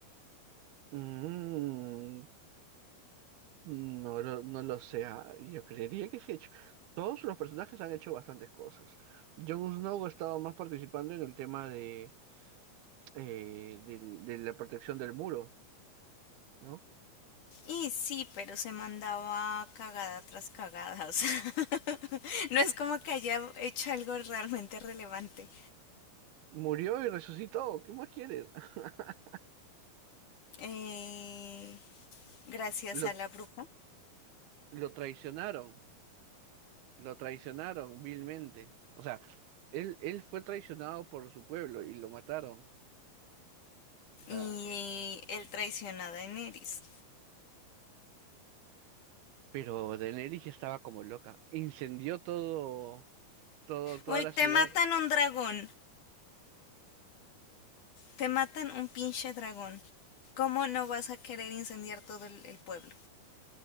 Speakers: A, on the right; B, on the left.
A: Mm, no lo, no lo sé. ah, Yo creería que sí ha hecho. Todos los personajes han hecho bastantes cosas. Jon Snow ha estado más participando en el tema de, eh, del- de, la protección del muro, ¿no?
B: Y sí, pero se mandaba cagada tras cagada. o sea, <laughs> no es como que haya hecho algo realmente relevante.
A: Murió y resucitó. ¿Qué más quieres? <laughs>
B: Eh, gracias
A: Lo,
B: a la bruja.
A: lo traicionaron, lo traicionaron vilmente. O sea, él, él fue traicionado por su pueblo y lo mataron. O sea,
B: Y eh, el traiciona a Daenerys.
A: Pero Daenerys ya estaba como loca. Incendió todo, todo, toda
B: Güey,
A: la
B: te
A: ciudad.
B: matan un dragón. Te matan un pinche dragón. ¿Cómo no vas a querer incendiar todo el, el pueblo?